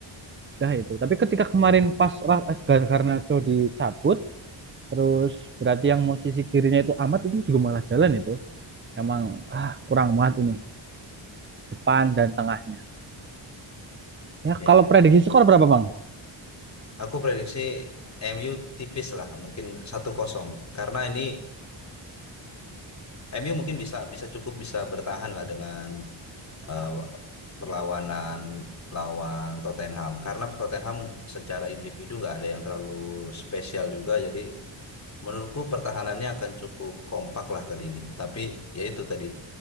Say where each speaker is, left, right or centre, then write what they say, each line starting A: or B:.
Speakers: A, on the right; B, on the left.
A: dah itu tapi ketika kemarin pas Ra- eh, Garnacho dicabut Terus berarti yang mau sisi kirinya itu amat itu juga malah jalan itu. Emang ah kurang banget ini depan dan tengahnya. Ya
B: ya
A: kalau prediksi skor berapa Bang? <laughs>
B: Aku prediksi MU tipis lah, mungkin satu kosong. Karena ini eh MU mungkin bisa bisa cukup bisa bertahan lah dengan eh, perlawanan lawan Tottenham. Karena Tottenham secara individu nggak ada yang terlalu spesial juga. Jadi menurutku pertahanannya akan cukup kompak lah kali ini. Tapi ya itu tadi